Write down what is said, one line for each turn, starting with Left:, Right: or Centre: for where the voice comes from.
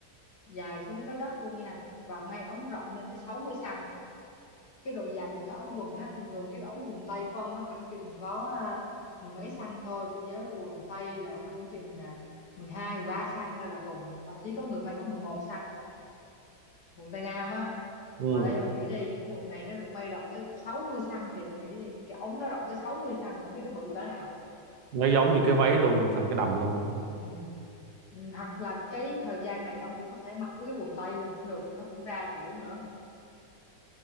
Left: dài xuống tới đất luôn nha và may ống rộng lên tới sáu mươi xăng cái độ dài của cái ống quần á thường thường cái ống quần tây của ông nó khoảng chừng có à, mười mấy xăng thôi tôi nhớ cái quần tây là khoảng chừng à, 12, 13 xăng thôi là cùng thậm chí có người may có 11 xăng thôi quần tây nam á
Right: ừ
Left: mà đây ông nghĩ đi cái quần này nó được may rộng tới sáu mươi xăng thì ông nghĩ đi cái ống nó rộng tới 60 xăng là ông biết nó bự cỡ nào
Right: nó giống như cái váy luôn thành cái đầm luôn á.
Left: ừ. Ừ, hoặc là cái thời trang này ông cũng có thể mặc với cái quần tây luôn cũng được nó cũng ra kiểu nữa